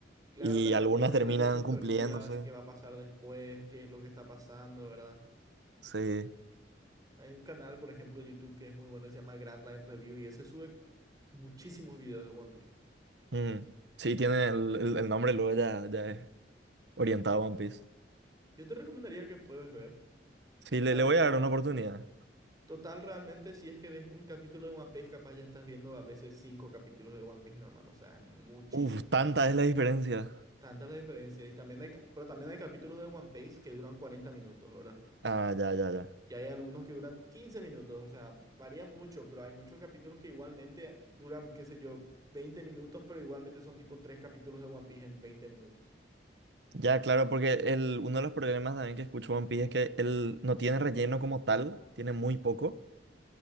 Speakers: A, on the right; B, on the right.
A: claro,
B: y
A: la comunidad
B: algunas
A: siempre
B: terminan
A: tiene sus
B: cumpliéndose.
A: teorías, qué va a pasar después, qué es lo que está pasando, ¿verdad?
B: Sí.
A: Hay un canal, por ejemplo, de YouTube que es muy bueno, que se llama Grand Line Review y ese sube muchísimos videos de One Piece.
B: Mm, Sí, tiene el, el- el nombre, luego ya, ya es orientado a One Piece.
A: Yo te recomendaría que pruebes ver.
B: Sí,
A: Total,
B: le, le voy a dar una oportunidad.
A: total, realmente, si es que ves un capítulo de One Piece, capaz ya estás viendo a veces cinco capítulos de One Piece normal, o sea, es muchísimo.
B: Uf, tanta es la diferencia.
A: Tanta la diferencia. Y también hay, ca- pero también hay capítulos de One Piece que duran 40 minutos, ¿verdad?
B: Ah, ya, ya, ya.
A: Y hay algunos que duran 15 minutos. O sea, varía mucho, pero hay muchos capítulos que igualmente duran, qué sé yo, 20 minutos, pero igualmente son tipo tres capítulos de One Piece en 20 minutos.
B: Ya, claro, porque el, uno de los problemas también que escucho One Piece es que él no tiene relleno como tal, tiene muy poco,